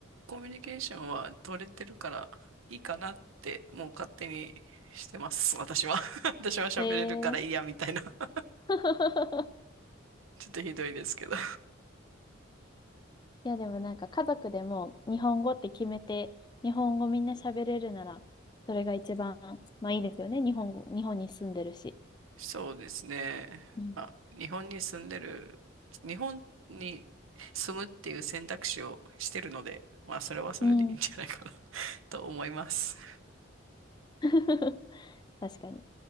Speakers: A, on the right; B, on the left.
A: コミュニケーションは取れてるからいいかなってもう勝手にしてます。私は。<laughs> 私は喋れるからいいやみたいな。
B: ええ
A: <laughs>
B: <laughs>
A: ちょっとひどいですけど。
B: いや、でもなんか家族でも日本語って決めて、日本語みんな喋れるなら、それが一番、まあいいですよね。日本語、日本に住んでるし。
A: そうですね。
B: うん。
A: まあ、日本に住んでる、日本に住むっていう選択肢をしてるので、まあ、それはそれでいいんじゃないかな
B: うん。
A: <laughs> と思います。
B: <laughs> 確かに。